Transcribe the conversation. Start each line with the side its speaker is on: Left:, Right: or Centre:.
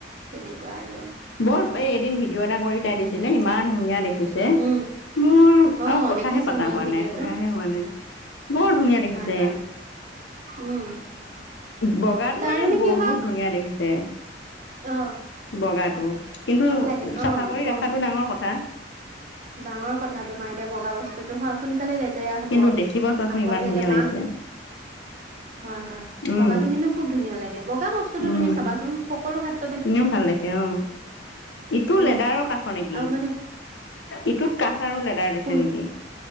Right: তেনেকুৱা আৰু
Left: বৰ এই এদিন ভিডিঅ' এটা কৰি তাই দিছিলে ইমান ধুনীয়া দেখিছে
Right: উম
Left: মোৰ
Right: অ
Left: আৰু কথাহে
Right: দেখিছো
Left: পাতা
Right: ময়ো
Left: হোৱা
Right: ভিডিঅ'টো
Left: নাই সোধাহে হোৱা নাই বৰ ধুনীয়া দেখিছে।
Right: হয় হয় উম।
Left: বগাটো
Right: তাই
Left: মানে বহুত
Right: কি হয়
Left: ধুনীয়া দেখিছে,
Right: অ
Left: বগা কিন্তু
Right: ভাল লাগে
Left: চাফা
Right: অ
Left: কৰি
Right: ব
Left: ৰখাটো ডাঙৰ কথা।
Right: ডাঙৰ কথা তোমাৰ এতিয়া বগা বস্তুতো হয় সোনকালে দে বেয়া হ'ব
Left: কিন্তু দেখিব চোৱাচোন
Right: আকৌ
Left: ইমান
Right: যে
Left: ধুনীয়া
Right: এতিয়া মাক
Left: লাগিছে
Right: হয় হয়
Left: উম
Right: বগাটো কিন্তু খুব ধুনীয়া লাগে বগা বস্তুটো
Left: উম
Right: তুমি চাবাচোন সকলো খ
Left: এনেও ভাল দেখে অ, ইটো
Right: উম
Left: লেডাৰৰ কাঠৰ নেকি
Right: আৰু মানে
Left: ইটোত তাৰো লেডাৰ দিছে
Right: কোন
Left: নেকি?